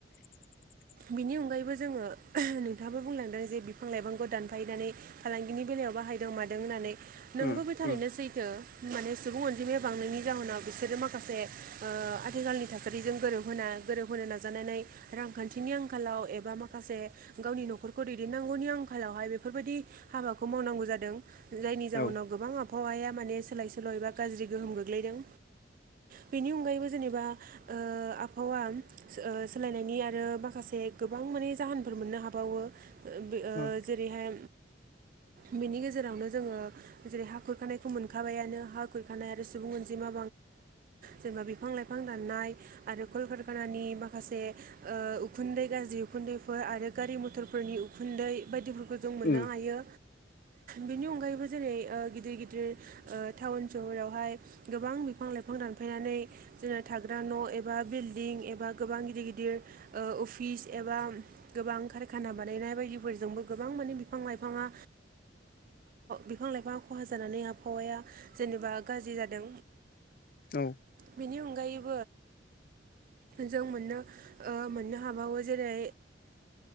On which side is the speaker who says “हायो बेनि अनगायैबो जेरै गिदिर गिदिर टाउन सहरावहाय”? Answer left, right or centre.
Right